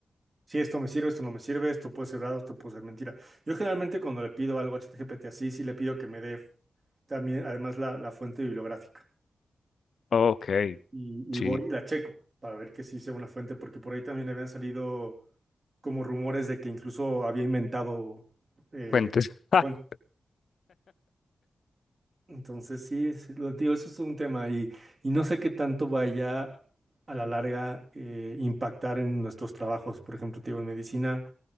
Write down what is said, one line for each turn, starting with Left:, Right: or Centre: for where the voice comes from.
Right: Sí, esto me sirve, esto no me sirve, esto puede ser verdad, esto puede ser mentira. Yo generalmente cuando le pido algo a ChatGPT así, sí le pido que me dé también, además, la, la fuente bibliográfica.
Left: Ok,
Right: Y, y
Left: sí,
Right: voy y la checo para ver que sí sea una fuente, porque por ahí también habían salido. como rumores de que incluso había inventado, eh,
Left: fuentes <laughs>
Right: bueno, entonces sí, sí, lo digo, eso es un tema y, y no sé qué tanto vaya a la larga eh, impactar en nuestros trabajos. Por ejemplo, te digo, en medicina